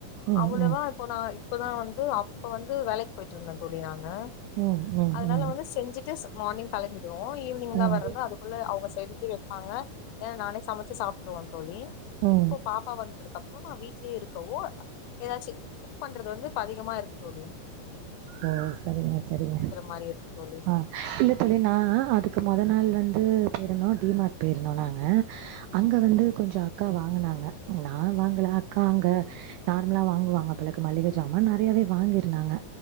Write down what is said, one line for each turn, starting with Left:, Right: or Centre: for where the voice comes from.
Right: ம்
Left: அவ்வளவா
Right: ம்
Left: இப்போ நான் இப்பதான் வந்து அப்ப வந்து வேலைக்கு போயிட்டு இருந்தேன் தோழி நானு
Right: ம் ம்
Left: அதனால
Right: ம்
Left: வந்து செஞ்சுட்டு மார்னிங் கிளம்பிடுவோம் ஈவ்னிங்லாம்
Right: ம்
Left: வரது அதுக்குள்ள அவங்க செஞ்சு வைப்பாங்க ஏன்னா நானே சமைச்சு சாப்பிட்டுவோன்
Right: ம்
Left: இப்போ பாப்பா வந்ததுக்கு அப்புறம் நான் வீட்லயே இருக்கவோ ஏதாச்சும் குக் பண்றது வந்து இப்ப அதிகமா இருக்க போது
Right: ஆஹ <unintelligible> சரிங்க சரிங்க
Left: மாரி இருக்கு தோழி
Right: ஹ இல்ல தோழி நான் அதுக்கு முதல் நாள் வந்து பேருந்தோம் <inaudible> டிமார்ட் பேயிருந்தோம் நாங்க அங்க வந்து கொஞ்சம் அக்கா வாங்குனாங்க நான் வாங்கல அக்கா அங்க நார்மலா வாங்குவாங்க போல இருக்கு மல்லிகை ஜாமன் நிறையாவே வாங்கிருந்தாங்க